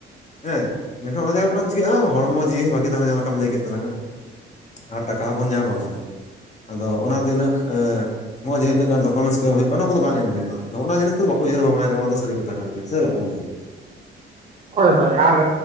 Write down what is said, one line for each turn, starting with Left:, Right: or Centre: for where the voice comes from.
Left: ᱦᱮᱸ ᱢᱮᱱᱠᱷᱟᱱ ᱚᱱᱟ ᱡᱮ ᱪᱤᱠᱟᱹᱜᱼᱟ ᱦᱚᱲᱢᱚ ᱡᱤᱣᱤ ᱦᱚᱸ ᱵᱷᱟᱹᱜᱤ ᱛᱟᱦᱮᱱᱟ ᱡᱟᱦᱟᱸ ᱞᱮᱠᱟᱢ ᱞᱟᱹᱭ ᱠᱮᱫ ᱛᱟᱞᱟᱝᱼᱟ᱾ ᱟᱨ ᱴᱟᱠᱟ ᱦᱚᱸᱵᱚᱱ ᱧᱟᱢ ᱟᱵᱚᱱ ᱟᱫᱚ ᱚᱱᱟ ᱨᱮᱫᱚ ᱤᱱᱟᱹᱜ ᱱᱚᱜᱼ ᱡᱮ ᱤᱱᱟᱹᱜᱟᱱ ᱰᱚᱠᱩᱢᱴ ᱮᱢ ᱦᱩᱭᱩᱜ ᱠᱟᱱᱟ ᱚᱱᱟ ᱠᱚᱫᱚ ᱵᱟᱝ ᱮᱢ ᱦᱩᱭᱩᱜᱼᱟ ᱱᱚᱣᱟ ᱡᱤᱱᱤᱥᱫᱚ ᱵᱟᱠᱚ ᱩᱭᱟᱹᱨ ᱵᱷᱟᱵᱽᱱᱟᱭᱟ ᱚᱱᱟ ᱫᱚ ᱥᱟᱹᱨᱤᱛᱷᱟ ᱠᱟᱱ ᱜᱮᱭᱟ᱾ ᱥᱮ ᱪᱮᱫ ᱞᱮᱠᱟ ᱜᱚᱝᱠᱮ?
Right: ᱦᱳᱭ ᱦᱳᱭ ᱟᱨ